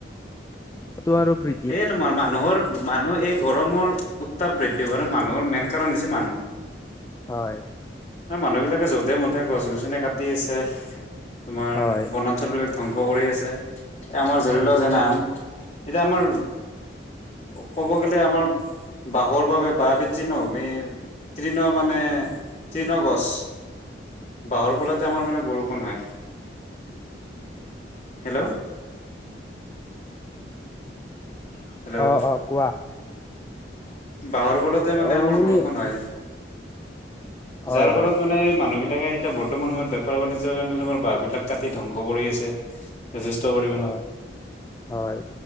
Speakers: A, on the left; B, on the left.
A: তো আৰু বৃ
B: সেয়ে তোমাৰ মানুহৰ মানুহ এই গৰমৰ উত্তাপ বৃদ্ধি পোৱা মানুহৰ মেইন কাৰণ হৈছে মানুহ
A: হয়
B: এ মানুহ বিলাকে যধে মধে গছ গছনি কাটি আছে তোমাৰ
A: হয়
B: বনা। ঞ্চল বিলাক ধ্বংস কৰি আছে আমাৰ জৰি
A: উম
B: ল যেন আন এতিয়া আমাৰ। ক'ব গলে আমাৰ বাঁহৰ বাবে বাঁহ বৃদ্ধি নহ মেই তৃণ মানে তৃণ গছ বাঁহৰ ফলতে আমাৰ মানে বৰষুণ হয়, হেল্ল' হেল্ল'
A: অ অ', কোৱা।
B: বাঁহৰ ফলতে মানে
A: অ
B: আমাৰ
A: শুনি
B: বৰষুণ হয়।
A: হয়
B: যাৰ ফলত
A: হয়
B: মানে মানুহ বিলাকে এতিয়া, বহুত বৰ্তমান সময়ত বেপাৰ বাণিজ্যৰ কাৰণে, তোমাৰ বাঁহবিলাক কাটি ধ্বংস কৰি আছে। যথেষ্ট পৰিমাণত,
A: হয় হয়